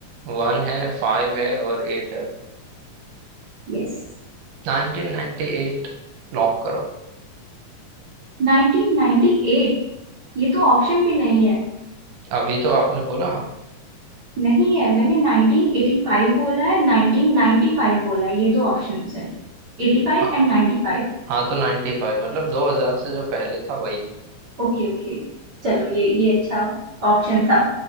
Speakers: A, on the right; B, on the right.
A: वन है फाइव है और एट है
B: यस
A: नाइनटीन नाइनटी एट लॉक करो
B: 1998 ये तो ऑप्शन भी नहीं है
A: अभी तो आपने बोला हाँ
B: नहीं है मैंने 1985 बोला है 1995 बोला है ये दो ऑप्शन है 85
A: हाँ
B: and 95
A: हाँ तो नाइन्टी फाइव मतलब दो हजार से जो पहले था वही
B: Okay okay चलो ये ये अच्छा ऑप्शन था